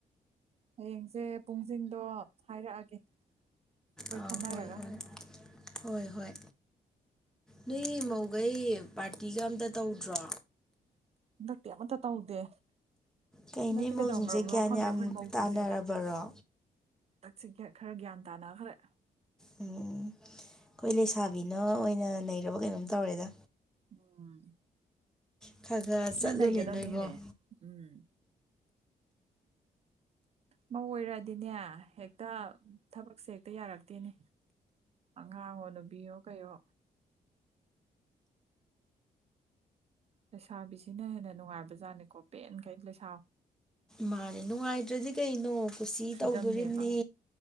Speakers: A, on the right; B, in the centre.
A: ꯍꯌꯦꯡꯁꯦ ꯄꯨꯡꯁꯤꯡꯗꯣ ꯍꯥꯏꯔꯛꯑꯒꯦ ꯑꯩꯈꯣꯏ
B: ꯑꯥ
A: ꯈꯟꯅꯔꯒ
B: ꯍꯣꯏ ꯍꯣꯏ ꯍꯣꯏ ꯍꯣꯏ ꯅꯣꯏ ꯃꯧ ꯑꯩꯩ ꯄꯥꯔꯇꯤꯒ ꯑꯝꯇ ꯇꯧꯗ꯭ꯔꯣ
A: ꯍꯟꯗꯛꯇꯤ ꯑꯃꯠꯇ ꯇꯧꯗꯦ
B: ꯀꯩꯅꯣ
A: ꯍꯟꯗꯛꯇꯤ
B: ꯏꯃꯧꯁꯤꯡꯁꯦ
A: ꯀꯩꯗꯧꯅꯝꯅꯣ
B: ꯒ꯭ꯌꯥꯟ
A: ꯈꯪꯗꯦ
B: ꯌꯥꯝ
A: ꯑꯩꯈꯣꯏ ꯃꯧꯁꯤꯡꯁꯦ
B: ꯇꯥꯅꯔꯕꯔꯣ
A: ꯍꯗ ꯇꯛꯆ ꯈꯔ ꯒ꯭ꯌꯥꯟ ꯇꯥꯅꯈ꯭ꯔ
B: ꯎꯝ ꯑꯩꯈꯣꯏ ꯂꯩꯁꯥꯕꯤꯅ ꯑꯣꯏꯅ ꯅꯔꯕ ꯀꯩꯅꯣꯝ ꯇꯧꯔꯦꯗ
A: ꯑꯣꯝ
B: ꯈꯔ ꯈꯔ ꯆꯠꯂꯨꯅꯦ
A: ꯅ ꯅꯩꯒꯗꯕꯅꯤꯅꯦ
B: ꯅꯣꯏꯕꯣ
A: ꯎꯝ ꯃꯧ ꯑꯣꯏꯔꯗꯤꯅꯦ ꯍꯦꯛꯇ ꯊꯕꯛꯁꯦ ꯍꯦꯛꯇ ꯛꯇ ꯌꯥꯔꯛꯇꯦꯅꯦ ꯑꯉꯥꯡꯉꯣ ꯅꯨꯕꯤꯌꯣ ꯀꯩꯌꯣ ꯂꯩꯁꯥꯕꯤꯁꯤꯅ ꯍꯦꯟꯅ ꯅꯨꯡꯉꯥꯏꯕꯖꯥꯠꯅꯤꯀꯣ ꯄꯦꯟꯈꯩ ꯂꯩꯁꯥ
B: ꯃꯥꯅꯦ ꯅꯨꯡꯉꯥꯏꯇ꯭ꯔꯗꯤ ꯀꯩꯅꯣ ꯀꯁꯤ
A: ꯐ꯭ꯔꯤꯗꯝꯅꯦꯕ
B: ꯇꯧꯗꯣꯝꯅꯤ